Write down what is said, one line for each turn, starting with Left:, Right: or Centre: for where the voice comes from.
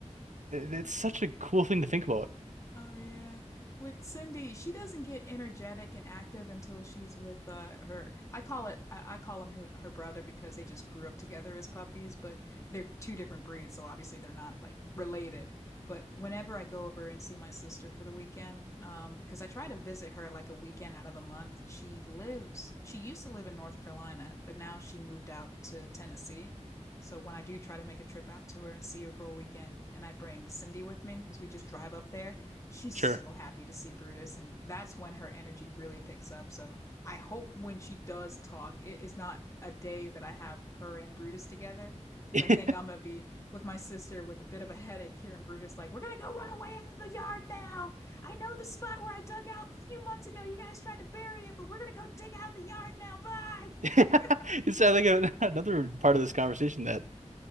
Right: it- it's such a cool thing to think about.
Left: Oh yeah. With Cindy, she doesn't get energetic and active until she's with uh her I call it I, I call him her, her brother because they just grew up together as puppies, but they're two different breeds, so obviously they're not like related. But whenever I go over and see my sister for the weekend, um, because I try to visit her like a weekend out of the month, she lives she used to live in North Carolina, but now she moved out to Tennessee. So when I do try to make a trip out to her and see her for a weekend, and I bring Cindy with me because we just drive up there, she's
Right: Sure.
Left: so happy to see Brutus, and that's when her energy really picks up. So I hope when she does talk, it is not a day that I have her and Brutus together because
Right: <laughs>
Left: I think I'm gonna be with my sister with a bit of a headache here, and Brutus like, we're gonna go run away out of the yard now. I know the spot where I dug out a few months ago. You guys tried to bury it, but we're gonna go dig out of the yard now. Bye.
Right: It's
Left: <laughs>
Right: I think a- another part of this conversation that